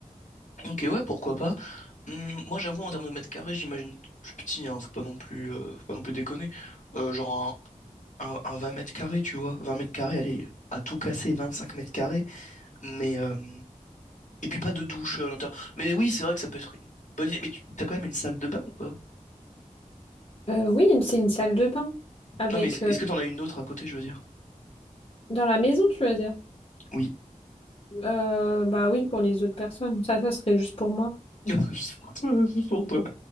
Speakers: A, on the left (about 65°); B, on the left (about 45°).
A: ok, ouais, pourquoi pas. Hum, moi, j'avoue, en termes de mètres carrés, j'imagine plus petit, hein, faut pas non plus, euh, faut pas non plus déconner. Euh, genre un, un 20 mètres carrés, tu vois. vingt mètres carrés, allez, à tout casser, 25 mètres carrés. Mais, euh, et puis pas de douche euh, à l'intérieur. Mais oui, c'est vrai que ça peut être une bonne idée. Mais tu t'as quand même une salle de bain ou pas?
B: Euh, oui, c'est une salle de bain. Avec.
A: Non, mais est-ce,
B: euh,
A: est-ce que t'en as une autre à côté, je veux dire?
B: Dans la maison, tu veux dire?
A: Oui.
B: Euh, bah oui, pour les autres personnes. Ça, ça serait juste pour moi.
A: <laughs> C'est pour toi, c'est pour toi.